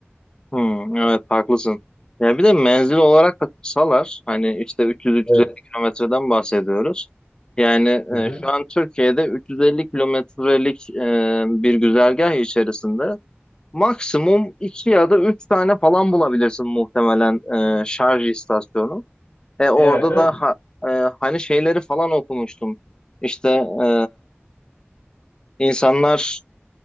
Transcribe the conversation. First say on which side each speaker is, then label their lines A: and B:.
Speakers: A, on the left; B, on the left.
A: Hı, Evet haklısın. Ya bir de menzil olarak da kısalar. Hani işte 300-350
B: Evet.
A: kilometreden bahsediyoruz. Yani e,
B: Hı hı.
A: şu an Türkiye'de 350 kilometrelik e, bir güzergah içerisinde Maksimum iki ya da üç tane falan bulabilirsin muhtemelen e, şarj istasyonu. E orada
B: Evet, değil
A: da
B: mi?
A: ha- e, hani şeyleri falan okumuştum. İşte e, insanlar